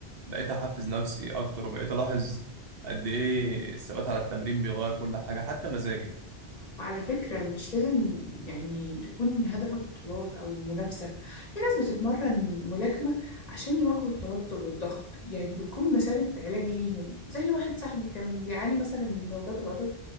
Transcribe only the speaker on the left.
وعلى فكرة مش لازم يعني تكون هدفك بطولات أو منافسة في ناس بتتمرن ملاكمة عشان يواجهوا التوتر والضغط يعني بتكون مثابة علاج ليهم زي واحد صاحبي كان بيعاني مثلا من نوبات غضب